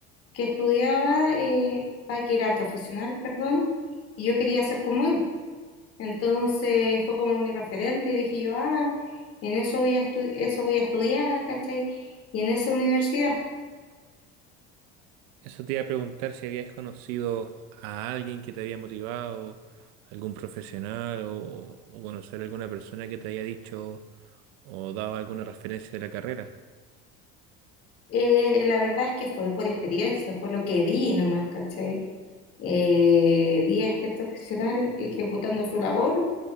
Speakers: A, on the left (about 50°); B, on the right (about 80°).
A: que estudiaba, eh, pa- que era profesional, perdón, y yo quería ser como él. Entonces fue como mi referente y dije yo, ah, en eso voy a estu- eso voy a estudiar, ¿cachai? Y en esa universidad.
B: Eso te iba a preguntar si habías conocido a alguien que te había motivado, algún profesional o, o conocer a alguna persona que te haya dicho o dado alguna referencia de la carrera.
A: Eh, la verdad es que fue por experiencia, fue lo que vi nomás, ¿cachai? Eh, vi a este profesional ejecutando su labor